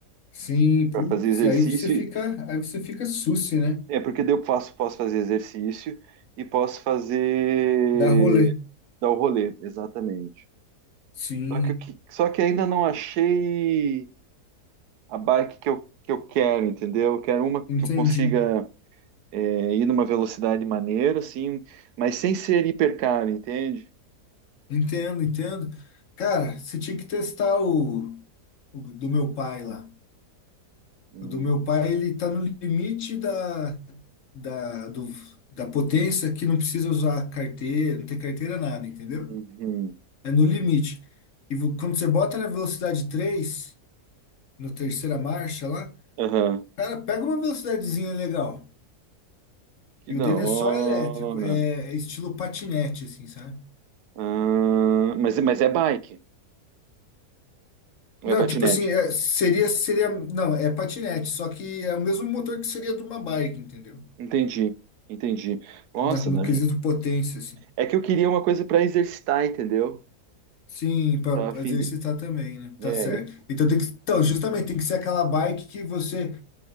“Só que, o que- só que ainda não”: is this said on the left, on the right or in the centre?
Right